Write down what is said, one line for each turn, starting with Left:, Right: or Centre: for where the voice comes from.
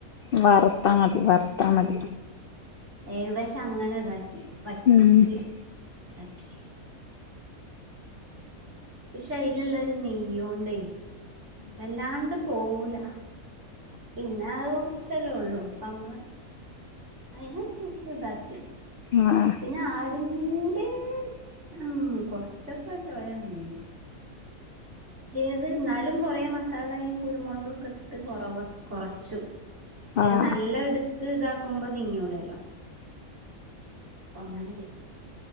Left: വറുത്ത മതി വറുത്താ മതി
Right: ഉം ഏകദേശം അങ്ങനെ ഇതാക്കി വറ്റിച്ച്
Left: ഉം
Right: ഇതാക്കി പക്ഷെ അയിലുള്ളരു നെയ്യോണ്ടേ അ വല്ലാണ്ട് പോവൂല പിന്നെ അത് കുറച്ചെല്ലേ ഉള്ളൂ അപ്പോം നമ്മൾ അയ്നൻസരിച്ച ബാക്കി
Left: ആഹ് ആഹ്
Right: പിന്നെ ആടിൻന്റെ ഉം കൊറച്ചൊക്കെ ചോയണ്ട് ചെയത് എന്നാലും കുറേ മസാലയും കുരുമുളക ഒക്കെ ഇട്ടിട്ട് കുറവാ കുറച്ചു മറ്റേത്
Left: ആഹ്
Right: നല്ല എടുത്ത് ഇതാക്കുമ്പോ തിങ്ങൂലല്ലോ അപ്പോൾ അങ്ങനെ ചെയ്തു